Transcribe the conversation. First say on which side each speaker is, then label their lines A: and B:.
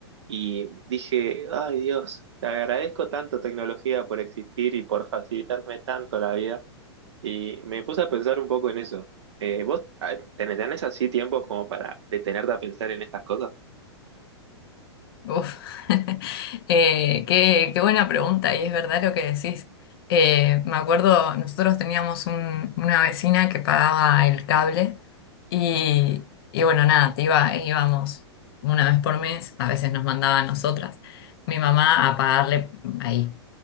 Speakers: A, on the right; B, on the left.
A: Y dije, ay Dios, te agradezco tanto tecnología por existir y por facilitarme tanto la vida y me puse a pensar un poco en eso. Eh, ¿vos ah, tenés, tenés así tiempos como para detenerte a pensar en estas cosas?
B: Uf, <laughs> eh, qué, qué buena pregunta, y es verdad lo que decís. Eh, me acuerdo, nosotros teníamos un- una vecina que pagaba el cable y, y bueno, nada, te iba, íbamos una vez por mes, a veces nos mandaba a nosotras, mi mamá, a pagarle ahí.